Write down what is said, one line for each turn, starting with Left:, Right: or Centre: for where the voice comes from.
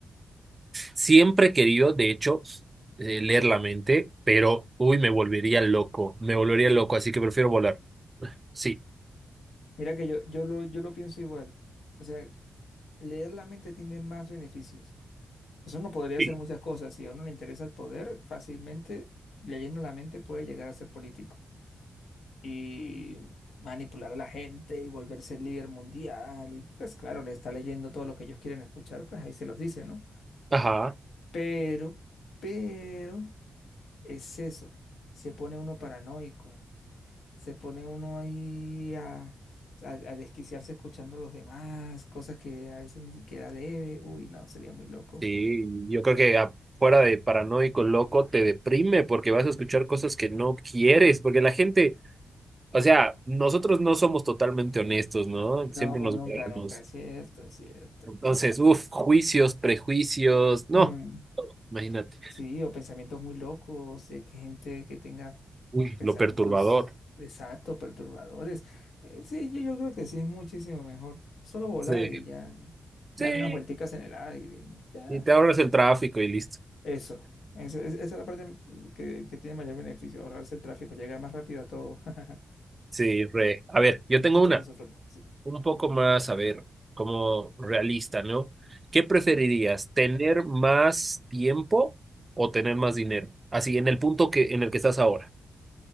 Right: Siempre he querido, de hecho, eh, leer la mente, pero, uy, me volvería loco, me volvería loco, así que prefiero volar. <laughs> Sí.
Left: Mira que yo, yo lo, yo lo pienso igual. O sea, leer la mente tiene más beneficios. Pues uno podría
Right: Sí.
Left: hacer muchas cosas. Si a uno le interesa el poder, fácilmente, leyendo la mente, puede llegar a ser político y manipular a la gente y volverse el líder mundial. Y pues claro, le está leyendo todo lo que ellos quieren escuchar, pues ahí se los dice, ¿no?
Right: Ajá,
Left: Pero, pero, es eso. Se pone uno paranoico, se pone uno ahí a, a, a desquiciarse escuchando a los demás, cosas que a veces ni siquiera debe. Uy, no, sería muy loco.
Right: sí, yo creo que a- fuera de paranoico, loco, te deprime porque vas a escuchar cosas que no quieres, porque la gente, o sea, nosotros no somos totalmente honestos, ¿no?
Left: No,
Right: Siempre nos
Left: nunca,
Right: guardamos.
Left: nunca, es cierto, es cierto.
Right: Entonces, uff, juicios, prejuicios, no,
Left: Mm,
Right: imagínate,
Left: Sí, o pensamientos muy locos, de que gente que tenga
Right: uy,
Left: pensamientos
Right: lo perturbador.
Left: exactos, perturbadores. Eh, sí, yo, yo creo que sí es muchísimo mejor. Solo volar
Right: Sí,
Left: y ya, y dar
Right: sí,
Left: unas vuelticas en el aire, y ya.
Right: y te ahorras el tráfico y listo.
Left: Eso, eso, es- esa es la parte que, que tiene mayor beneficio, ahorrarse el tráfico, llegar más rápido a todo. <laughs>
Right: Sí, re. A ver, yo tengo
Left: Su turno,
Right: una,
Left: su turno, sí.
Right: un poco más, a ver, como realista, ¿no? ¿Qué preferirías, tener más tiempo o tener más dinero? Así, en el punto que, en el que estás ahora.